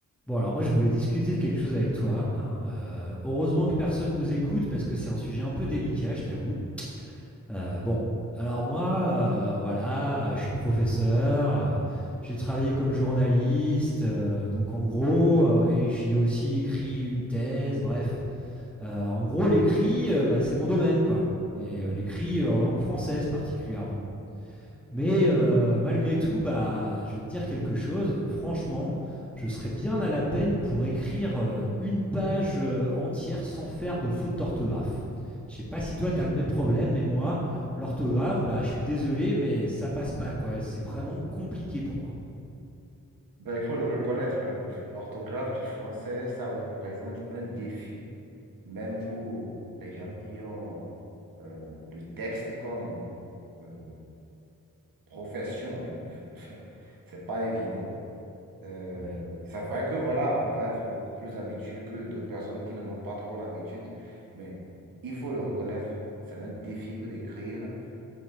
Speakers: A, in the centre; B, on the right (about 80°).
A: Bon, alors moi, je voulais discuter de quelque chose avec toi. hein. Euh, heureusement
B: Voilà.
A: que personne nous écoute parce que c'est un sujet un peu délicat, je t'avoue. Euh, bon, alors moi, euh, voilà, je suis professeur, euh, j'ai travaillé comme journaliste, euh, donc en gros, euh, et j'ai aussi écrit une thèse, bref. Euh, en gros, l'écrit, euh, bah, c'est mon domaine, quoi. Et
B: Oh,
A: euh,
B: Oui.
A: l'écrit euh, en langue française particulièrement. Mais euh, malgré tout, bah, je vais te dire quelque chose. Franchement, je serais bien à la peine pour écrire euh, une page euh, entière sans faire de faute d'orthographe. Je sais pas si toi, tu as le même problème, mais moi, l'orthographe, bah, je suis désolé, mais ça passe pas, quoi. C'est vraiment compliqué pour moi.
B: Ben, il faut le reconnaître, hein, le- l'orthographe du français, ça représente un défi, même pour les gens qui ont euh, le texte comme euh, profession. Hein. <laughs> C'est pas évident. Euh,
A: Ouais.
B: c'est vrai que voilà, on va être beaucoup plus habitué que d'autres personnes qui n'en ont pas trop l'habitude, mais il faut le reconnaître, c'est un défi que d'écrire